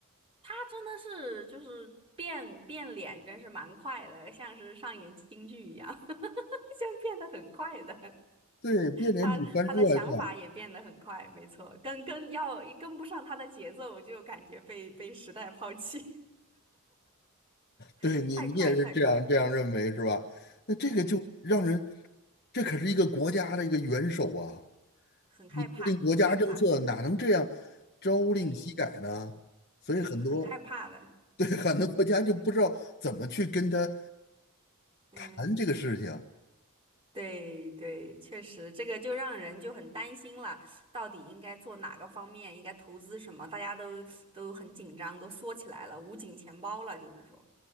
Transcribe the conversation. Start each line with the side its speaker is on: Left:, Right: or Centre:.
Right: 他真的是就是变变脸，真是蛮快的，像是上演京剧一样，<laughs> 像变得很快的。
Left: 对，变脸比翻书还快。
Right: 他他的想法也变得很快，没错，跟跟要跟不上他的节奏，我就感觉被被时代抛弃，<laughs>
Left: 对你，
Right: 太快太快，
Left: 你也是这样这样认为是吧？那这个就让人，
Right: 嗯，
Left: 这可是一个国家的一个元首啊！
Right: 很害怕，
Left: 你制定国家政策哪能这样
Right: 很害怕，
Left: 朝令夕改呢？
Right: 嗯
Left: 所以很多
Right: 嗯，很害怕的，
Left: <laughs>，对，很多国家就不知道怎么去跟他
Right: 对。嗯，
Left: 谈这个事情。
Right: 对对，确实，这个就让人就很担心了，到底应该做哪个方面，应该投资什么，大家都都很紧张，都缩起来了，捂紧钱包了，就是说，